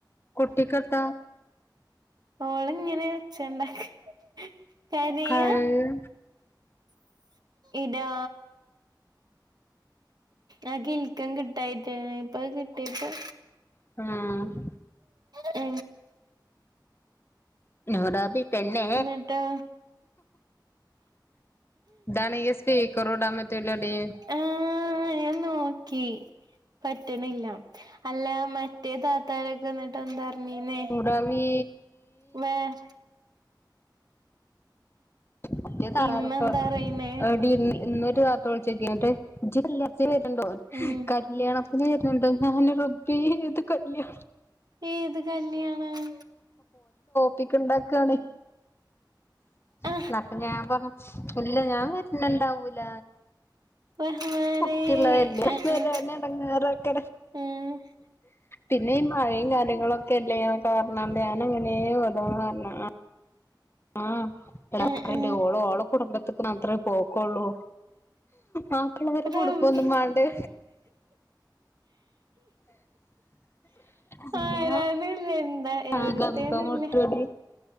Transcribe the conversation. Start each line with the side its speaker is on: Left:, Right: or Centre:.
Left: കുട്ടിക്ക് എത്ത
Right: ഓള ഇങ്ങനെച്ചണ്ടാക്ക കരയ
Left: കഴിവ്
Right: ഇതാ ആ കിൽക്കം കിട്ടായിട്ടേ എ ഇപ്പൊ അയ് കിട്ടിയപ്പോ
Left: ആഹ
Right: എ
Left: നടബ പിന്നെ
Right: എന്നിട്ടോ
Left: ഇതാണേ സ്പീക്കറോടാൻ പറ്റൂലടി
Right: ആ നോക്കി പറ്റുന്നില്ല അല്ല മറ്റേത ത്തരക്കന്നിട്ട എന്താർഞ്ഞീനെ
Left: നൂറാബീ
Right: വേ-
Left: മറ്റേ താറാറൊക്കെ
Right: ഇമ്മ എന്താ പറയിന്നേ
Left: എടി ഇന്ന് ഇന്നൊരു രാത്ര വിളിച്ചോക്കിട്ട് ഇജ് കല്യാണത്തിന് വരുണ്ടോ
Right: ഉം
Left: കല്യാണം വരുണ്ടോ ഞാൻ റബ്ബേ ഏതു കല്ല്യ
Right: ഏത് കല്യാണം
Left: കുട്ടക്ക് ഇണ്ടാക്കാ ണ്
Right: ആ
Left: എന്നപ്പ ഞാൻ പറ ഇല്ല ഞാൻ വരുന്ന ഇണ്ടാവൂല
Right: റഹ്മാനെ
Left: കുട്ടിള്ളതല്ലേ
Right: ആ
Left: ബിരിയാണി
Right: ആ
Left: അടങ്ങറൊക്ക
Right: ആ
Left: പിന്നെ ഈ മഴയും കാര്യങ്ങളൊക്കെ അല്ലേ കാരണണ്ട് ഞൻ അങ്ങനെ വതന്ന് പറ ആ എ
Right: ആ ആ
Left: ഓള ഓള കുടുംബത്തി മാത്രമേ പോക്കുള്ളൂ ആ മള്ളവരെ കൂടുമ്പോന്നും
Right: റബ്ബേ
Left: വാണ്ടേ പിന്നെ
Right: ആരാന്നില്ല എന്താ എവിടത്തേന്നുല്ല
Left: ആ ഗന്ത മുട്ടടി